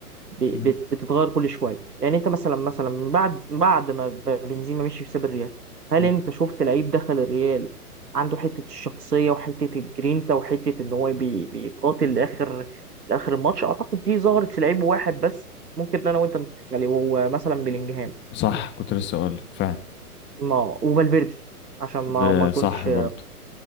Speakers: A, on the right; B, on the left.
A: ب-
B: مم.
A: بت- بتتغير كل شويه يعني انت مثلا مثلا من بعد بعد ما ب- بنزيما مشي وساب الريال هل
B: مم.
A: انت شفت لعيب دخل الريال عنده حته الشخصيه وحته الجرينتا وحته ان هو بي- بيقاتل لاخر لاخر الماتش اعتقد دي ظهرت في لعيب واحد بس ممكن انا وانت نتفق عليه وهو مثلا بلينجهام
B: صح كنت لسه أقولك فعلا
A: ما وفالفيردي عشان ما
B: ده
A: ما اكونش
B: صح برضو